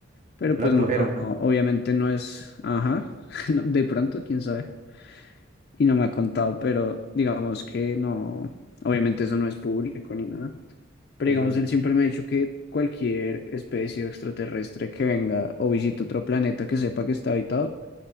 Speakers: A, on the left; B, on the right.
A: Pero
B: Ya
A: pues
B: lo abdujeron,
A: no,
B: ¿no?
A: obviamente no es, ajá, <laughs> no, de pronto, quién sabe. Y no me ha contado, pero digamos que no, obviamente eso no es público ni nada. Pero
B: Ujú,
A: digamos, él siempre me ha dicho que cualquier especie extraterrestre que venga o visite otro planeta que sepa que está habitado,